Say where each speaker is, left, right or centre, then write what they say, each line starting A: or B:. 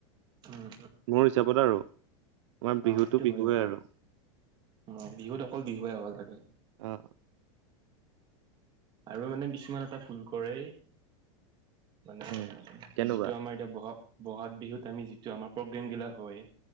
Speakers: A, on the right; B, on the right.
A: উম,
B: মোৰ হিচাপত আৰু। আমাৰ বিহুতো
A: অঁ, সেইটো
B: বিহুৱে
A: হয় ব
B: আৰু
A: অ বিহুত অকল বিহুৱে হব লাগে।
B: অঁ।
A: আৰু মানে কিছুমান এটা ভুল কৰে মানে
B: উম তেনেকুৱা
A: যিটো আমাৰ এতিয়া বহাগ বহাগ বিহুত আমি যিটো আমাৰ প্ৰগ্ৰেম গিলা হয়।